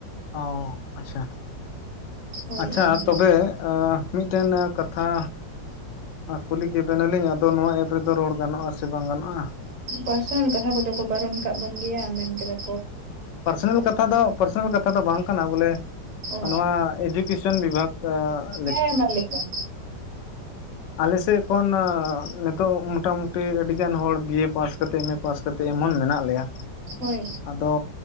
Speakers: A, on the left; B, on the right.
A: ᱚ ᱟᱪᱪᱷᱟ ᱾
B: ᱦᱳᱭ
A: ᱟᱪᱪᱷᱟ
B: ᱚᱱᱟᱜᱮ
A: ᱛᱚᱵᱮ ᱢᱤᱫᱴᱮᱱ ᱠᱟᱛᱷᱟ ᱠᱩᱞᱤ ᱠᱮᱵᱮᱱᱟᱞᱤᱧ ᱟᱫᱚ ᱱᱚᱣᱟ ᱮᱯ ᱨᱮᱫᱚ ᱨᱚᱲ ᱜᱟᱱᱚᱜᱼᱟ ᱥᱮ ᱵᱟᱝ ᱜᱟᱱᱚᱜᱼᱟ
B: ᱯᱟᱨᱥᱚᱱᱟᱞ ᱠᱟᱛᱷᱟ ᱠᱚᱫᱚ ᱠᱚ ᱵᱟᱨᱚᱱ ᱠᱟᱜ ᱵᱚᱱ ᱜᱮᱭᱟ ᱢᱮᱱ ᱠᱮᱭᱟ
A: ᱯᱟᱨᱥᱚᱱᱟᱞ ᱠᱟᱛᱷᱟ ᱫᱚ ᱯᱟᱨᱥᱚᱱᱟᱞ ᱠᱟᱛᱷᱟ ᱫᱚ ᱵᱟᱝ ᱠᱟᱱᱟ ᱵᱚᱞᱮ
B: ᱚ
A: ᱱᱚᱣᱟ ᱤᱰᱤ ᱠᱮᱥᱮᱱ ᱵᱤᱵᱷᱟᱠ ᱛᱮ
B: ᱦᱮᱸ ᱢᱟ ᱞᱟᱭ ᱵᱮᱱ
A: ᱟᱞᱮᱥᱮᱫ ᱠᱷᱚᱱ ᱱᱤᱛᱚᱜ ᱢᱚᱴᱟᱢᱩᱴᱤ ᱟᱹᱰᱤᱜᱟᱱ ᱦᱚᱲ ᱵᱤᱭᱮ ᱯᱟᱥ ᱠᱟᱛᱮᱫ ᱢᱮ ᱯᱟᱥ ᱠᱟᱛᱮ ᱮᱢᱚᱱ ᱢᱮᱱᱟᱜ ᱞᱮᱭᱟ ᱾
B: ᱦᱳᱭ
A: ᱟᱫᱚ